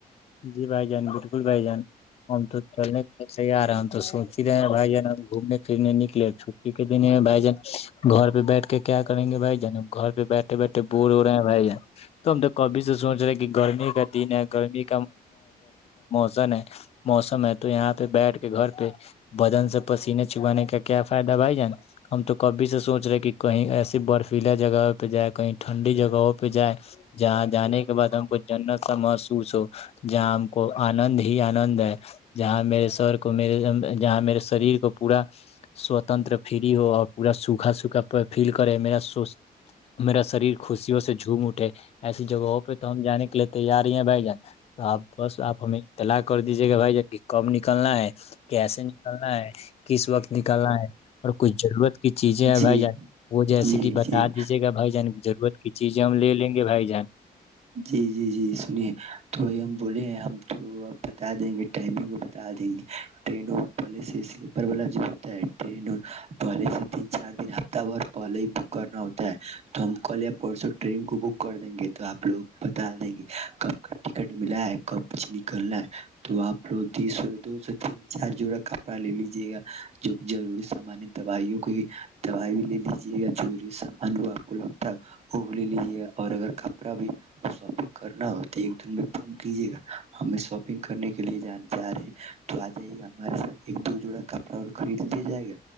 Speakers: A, on the left; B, on the right.
A: جی بھائی جان بالکل بھائی جان ہم تو چلنے کے لیے تیار ہیں ہم تو سوچ ہی رہے ہیں بھائی جان ہم گھومنے پھرنے نکلے چھٹی کے دن ہے بھائی جان گھر پہ بیٹھ کے کیا کریں گے بھائی جان گھر پہ بیٹھے بیٹھے بور ہو رہے ہیں بھائی جان تو ہم تو کبھی سے سوچ رہے کہ گرمی کا دن ہے گرمی مو موسم ہے تو یہاں پہ بیٹھ کے گھر پہ بدن سے پسینے چکانے کا کیا فائدہ بھائی جان ہم تو کبھی سے سوچ رہے کہ کہیں ایسی برفیلا جگہ پہ جائے کہیں ٹھنڈی جگہوں پہ جائے جہاں جانے کے بعد ہم کو جنت سا محسوس ہو جہاں ہم کو آنند ہی آنند ہے جہاں میرے سر کو میرے جہاں میرے شریر کو پورا سوتنتر فری ہو اور پورا سوکھا سوکھا فیل کرے میراو میرا شریر خوشیوں سے جھوم اٹھے ایسی جگہوں پہ تو ہم جانے کے لیے تیار ہی ہیں بھائی جان تو آپ بس آپ ہمیں اطلاع کر دیجیے کہ بھائی کب نکلنا ہے کیسے نکلنا ہے کس وقت نکلنا ہے اور کچھ ضرورت کی چیزیں ہیں
B: جی
A: بھائی جان وہ جیسے
B: جی
A: کہ بتا
B: جی
A: دیجیے گا بھائی جان ضرورت کی چیزیں ہم لے لیں گے بھائی جان
B: جی جی جی سنیے تو ہم بولے ہیں ہم تو بتا دیں گے ٹائمنگ وہ بتا دیں گے ٹنوں پہلے سے سلیپر والا ج ہوتا ہے ٹرین پہلے سے تین چار دن ہفتہ بھر پہلے ہی بک کرنا ہوتا ہے تو ہم کل یا پرسوں ٹرین کو بک کر دیں گے تو آپ لوگ بتا دیں گے کب کا ٹکٹ ملا ہے کب کچھ نکلنا ہے تو آپ لوگ سو دو سو تین چار جوڑا کپڑا لے لیجے گا جو ضروری سامان دوائیوں کی دوائی بھی لے لیجیے گاروری سامان وہ آپ لوگ ت وہ لے لیجے گا اور اگر کپڑا بھی اور شاپنگ کرنا ہو تو ایک دن میں فون کیجیے گا ہمیں شاپنگ کرنے کے لیے جان جا رہے ہیں تو آ جائیے گا ہمارے ساتھ ایک دو جوڑا کپڑا و خرید لیا جائے گا